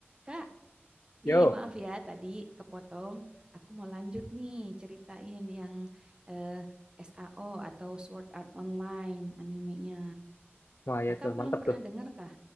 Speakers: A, on the right (about 20°); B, on the left (about 65°).
A: Kak,
B: Yo,
A: nih maaf ya tadi kepotong. Aku mau lanjut nih ceritain yang eh, SAO atau Sword Art Online animenya.
B: wah
A: Kakak
B: ya tuh
A: belum
B: mantep
A: pernah
B: tuh.
A: dengar kah